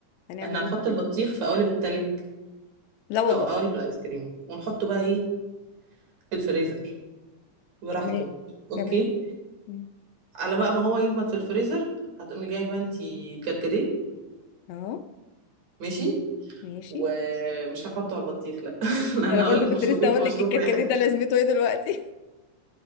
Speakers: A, on the left; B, on the right.
A: هنعمل
B: احنا هنحط
A: ايه
B: البطيخ في قوالب التلج
A: لا والله
B: او قوالب الايس كريم ونحطه بقى ايه في الفريزر براحته
A: كمان
B: اوكي
A: كمان مم.
B: على بقى ما هو يجمد في الفريزر هتقومي جايبه انتي كركديه
A: اه
B: ماشي
A: ماشي
B: ومش هنحطه على البطيخ لا <laughs> لا، انا
A: انا برضه
B: هقول لك
A: كنت
B: مشروبين
A: لسه اقول
B: في مشروب
A: لك الكركديه
B: واحد
A: ده لازمته ايه دلوقتي